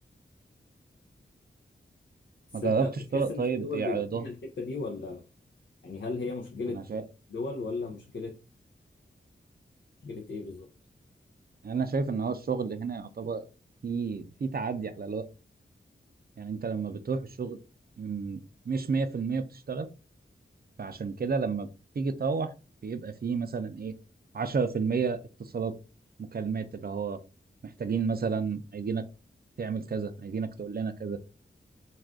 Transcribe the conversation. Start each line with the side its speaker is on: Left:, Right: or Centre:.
Left: بس
Right: ما جربتش
Left: أنت بتحس
Right: طرق طيب
Left: إن في دول
Right: يعرضها
Left: بيبقى فيها الحتة دي ولا يعني هل هي مشكلة
Right: انا شايف
Left: دول ولا مشكلة مشكلة إيه بالظبط؟
Right: انا شايف ان هو الشغل هنا يعتبر في في تعدي على الوقت يعني انت لما بتروح الشغل م- مش 100% بتشتغل فعشان كده لما بتيجي تروح بيبقى فيه مثلا ايه 10% اتصالات مكالمات اللي هو محتاجين مثلا عايزينك تعمل كذا عايزينك تقول لنا كذا